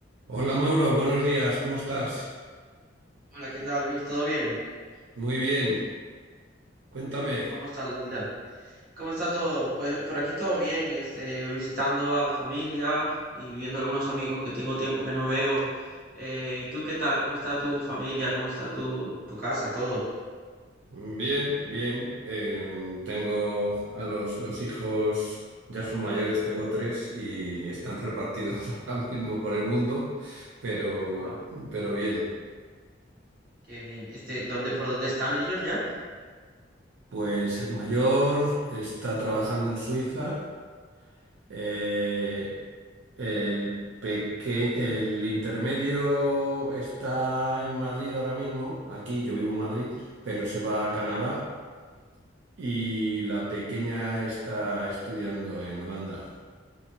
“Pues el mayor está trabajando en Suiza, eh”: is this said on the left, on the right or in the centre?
Right